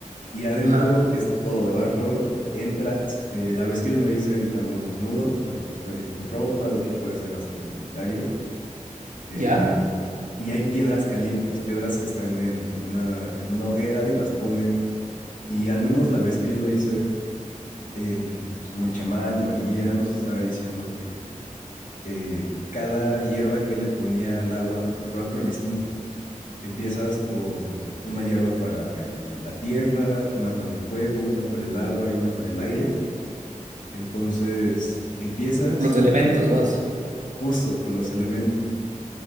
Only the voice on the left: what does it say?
y adentro
es todo de barro. Entras, eh, la vez que yo lo hice entramos desnudos, pero pues puedes ir con ropa, de hecho puede ser hasta comunitario. Eh,
y hay piedras calientes, piedras que están en, en una, en una hoguera y las ponen. Y al menos la vez que yo lo hice, el, pues como el chamán o el guía nos estaba diciendo que eh, cada hierba que le ponía al agua, porque va por distintas. Empiezas con una hierba para el- la tierra, una para el fuego, una para el agua y una para el aire. Entonces empiezas
justo por los elementos.